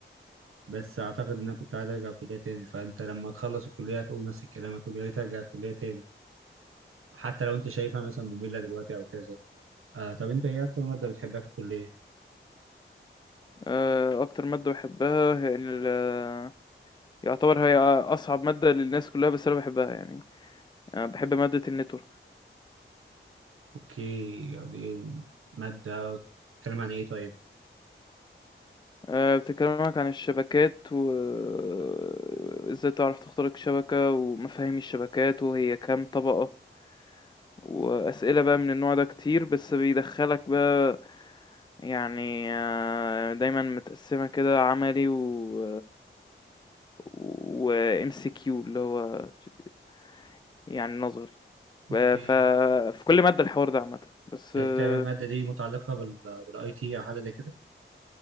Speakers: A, on the right; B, on the left.
A: بس أعتقد إن أنا كنت عايز أرجع الكلية تاني فأنت لما تخلص الكلية هتقول نفس الكلام هتقول يا ريت أرجع الكلية تاني حتى لو أنت شايفها مثلا مملة دلوقتي أو كذا آه طب أنت إيه أكتر مادة بتحبها في الكلية؟
B: آه، اكتر ماده بحبها هي ال- يعتبر هي اصعب ماده للناس كلها بس انا بحبها يعني أنا بحب ماده النتورك
A: اوكي دي مادة بتتكلم عن ايه طيب
B: آه، بتكلمك عن الشبكات وازاي تعرف تخترق شبكه ومفاهيم الشبكات وهي كام طبقه وأسئلة بقى من النوع ده كتير بس بيدخّلك بقى يعني آآ، دايمًا متقسّمة كده عملي و وMCQ اللي هو ت يعني نظري ف
A: اوكي
B: ف في كل مادة الحوار ده عامةً، بس آه،
A: تقريبا المادة دي متعلقة بال بالاي تي او حاجة زي كده